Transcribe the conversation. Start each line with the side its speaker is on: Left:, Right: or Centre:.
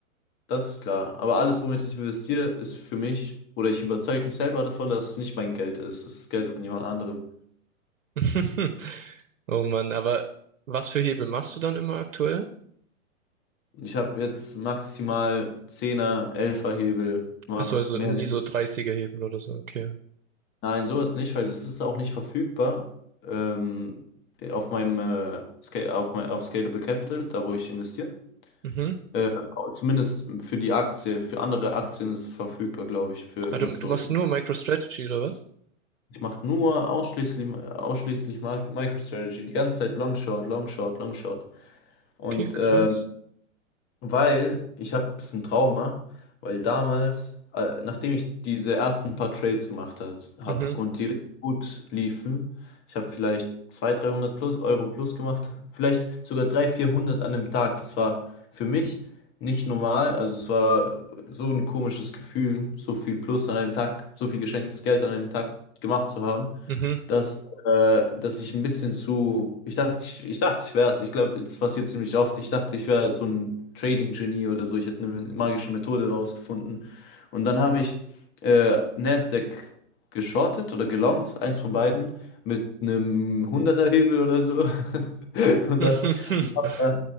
Left: das ist klar, aber alles, womit ich investiere, ist für mich, oder ich überzeuge mich selber davon, dass es nicht mein Geld ist, es ist Geld von jemand anderem.
Right: <laughs> Oh Mann, aber was für Hebel machst du dann immer aktuell?
Left: Ich habe jetzt maximal zehner er Hebel gemacht,
Right: Achso, also
Left: mehr
Right: nie
Left: nicht.
Right: so 30 Hebel oder so, okay.
Left: Nein, sowas nicht, weil das ist auch nicht verfügbar. Ähm, auf meinem äh, Sca- auf, mein, auf Scalable Capital, da wo ich investiere.
Right: Mhm.
Left: Äh, zumindest für die Aktie, für andere Aktien ist es verfügbar, glaube ich, für
Right: Ah,
Left: mit
Right: du,
Left: so
Right: du machst nur MicroStrategy oder was?
Left: ich mache nur ausschließlich ausschließlich Mi- MicroStrategy, die ganze Zeit Long Short, Long Short, Long Short. Und
Right: Okay, krass.
Left: äh, Weil ich habe ein bisschen Trauma, weil damals, äh, nachdem ich diese ersten paar Trades gemacht habe
Right: Mhm,
Left: und die richtig gut liefen, ich habe vielleicht 200, 300 plus, Euro plus gemacht, vielleicht sogar 300, 400 an einem Tag. Das war für mich nicht normal. Also es war so ein komisches Gefühl, so viel plus an einem Tag, so viel geschenktes Geld an einem Tag gemacht zu haben,
Right: mhm.
Left: dass äh, dass ich ein bisschen zu, ich dachte, ich, ich dachte, ich wäre es. Ich glaube, es passiert ziemlich oft. Ich dachte, ich wäre so ein Trading-Genie oder so. Ich hätte eine magische Methode rausgefunden. Und dann habe ich äh, Nasdaq geschortet oder gelongt, eins von beiden, mit einem hunderter hebel oder so. <laughs> Und
Right: <laughs>
Left: dann und habe da